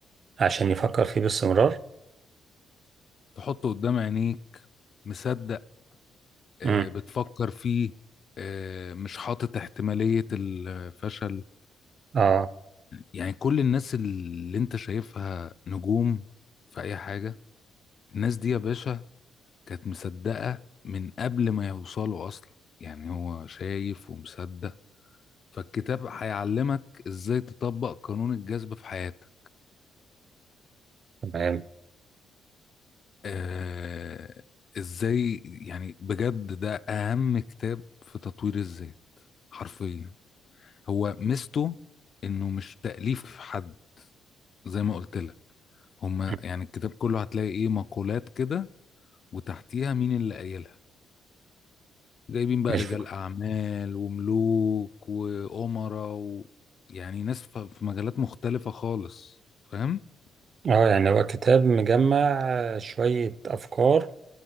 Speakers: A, on the right (about 50°); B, on the left (about 50°).
A: عشان يفكر فيه باستمرار
B: تحطه قدام عينيك مصدق آه،
A: امم
B: بتفكر فيه آه، مش حاطط احتمالية الفشل
A: اه
B: يعني كل الناس اللي انت شايفها نجوم في اي حاجة الناس دي يا باشا كانت مصدقة من قبل ما يوصلوا اصلا يعني هو شايف ومصدق فالكتاب هيعلمك ازاي تطبق قانون الجذب في حياتك
A: تمام
B: آه ازاي يعني بجد ده اهم كتاب في تطوير الذات حرفيا هو ميزته انه مش تأليف حد زي ما قلت لك هما
A: مم.
B: يعني الكتاب كله هتلاقي ايه مقولات كده وتحتيها مين اللي قايلها جايبين بقى
A: مش
B: رجال اعمال وملوك وامراء و... يعني ناس ف- في مجالات مختلفة خالص فاهم
A: اه يعني هو كتاب مجمع آه، شوية أفكار